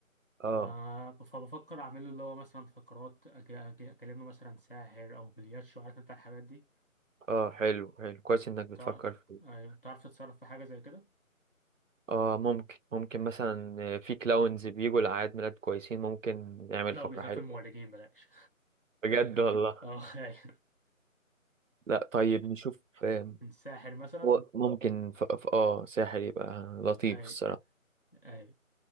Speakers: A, on the right; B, on the left.
A: اه
B: ف- فبفكر أعمله اللي هو مثلا فقرات أج- أج- أكلمه مثلا ساحر أو بلياتشو عارف أنت الحاجات دي
A: اه حلو حلو كويس انك بتفكر
B: تع-
A: فيه
B: أيوة، تعرف تتصرف في حاجة زي كده؟
A: اه ممكن ممكن مثلا في كلاونز بيجوا لأعياد ميلاد كويسين ممكن نعمل
B: لا
A: فقرة
B: وبيخاف
A: حلوة
B: من المورجين بلاش <laughs>
A: بجد والله
B: اه أيوة.
A: لا طيب نشوف آم،
B: من ساحر مثلا
A: هو ممكن ف... ف... اه ساحر يبقى لطيف
B: أي
A: الصراحة
B: أي